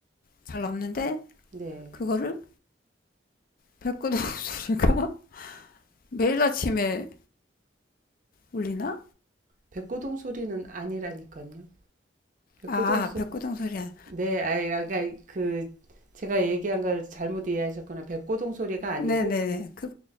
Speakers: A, on the left; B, on the right.
A: 잘 없는데,
B: 네.
A: 그거를 백구동 소리가 <laughs> 매일 아침에 울리나?
B: 백고동 소리는 아니라니까요.
A: 아,
B: 백고동 소
A: 백구동 소리야.
B: 네, 아이, 까그 제가 얘기한 걸 잘못 이해하셨거나 백고동 소리가 아니고
A: 네네네. 그,